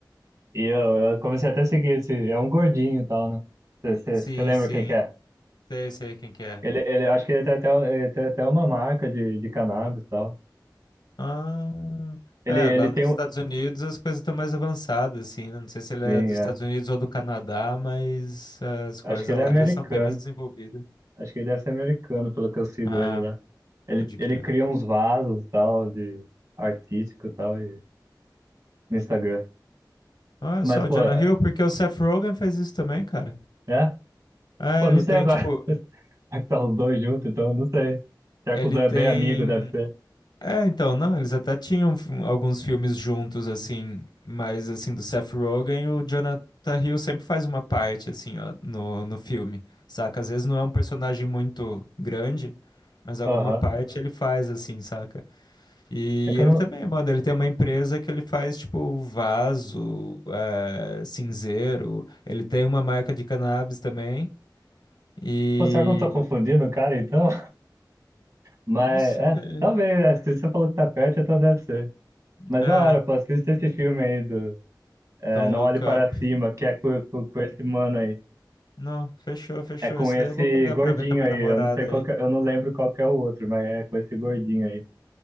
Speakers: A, on the right (about 45°); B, on the left (about 70°).
A: E eu, eu comecei até a seguir esse. É um gordinho e tal, né? Você
B: Sim,
A: lembra
B: sim.
A: quem que é?
B: Sei, sei quem que é.
A: Ele, ele, acho que ele tem até, ele tem até uma marca de, de cannabis e tal.
B: Ah,
A: Ele,
B: é,
A: ele
B: lá
A: tem
B: nos
A: um.
B: Estados Unidos as coisas estão mais avançadas, assim, né? Não sei se ele
A: Sim,
B: é dos
A: é.
B: Estados Unidos ou do Canadá, mas eh, as coisas
A: Acho que ele
B: lá
A: é americano.
B: já são bem mais desenvolvidas.
A: Acho que ele deve ser americano, pelo que eu sigo
B: Ah,
A: ele lá. Ele,
B: pode
A: ele
B: crer.
A: cria uns vasos e tal, de artístico e tal, e, no Instagram.
B: Ah,
A: Mas,
B: só
A: pô,
B: o Jonah
A: é?
B: Hill, porque o Seth Rogen fez isso também, cara.
A: é?
B: É,
A: Pô,
B: ele
A: não sei
B: tem,
A: agora.
B: tipo,
A: <laughs> Será que tá os dois juntos, então? Não sei. Será
B: ele
A: que os dois
B: tem.
A: é bem amigo, deve ser?
B: É, então, não, eles até tinham f- alguns filmes juntos, assim, mas, assim, do Seth Rogen, o Jonathan Hill sempre faz uma parte, assim, ó, no, no filme, saca? Às vezes não é um personagem muito grande, mas alguma
A: Aham.
B: parte ele faz, assim, saca? E
A: É que
B: ele
A: eu não.
B: também, mano, ele tem uma empresa que ele faz, tipo, vaso, é, cinzeiro, ele tem uma marca de cannabis também. E
A: Pô, será que eu não tô confundindo o cara, então? Mas,
B: não sei.
A: é, talvez, é, se você falou que tá perto, então deve ser. Mas
B: É,
A: da hora, pô, assista esse filme aí do é,
B: Don't
A: Não
B: Look
A: Olhe Para
B: Up.
A: Cima, que é com, com, com esse mano aí.
B: Não, fechou, fechou.
A: É com
B: Esse
A: esse
B: daí eu vou pegar
A: gordinho
B: pra ver com a minha
A: aí,
B: namorada
A: eu não sei qual
B: aí.
A: que, é- eu não lembro qual que é o outro, mas é com esse gordinho aí.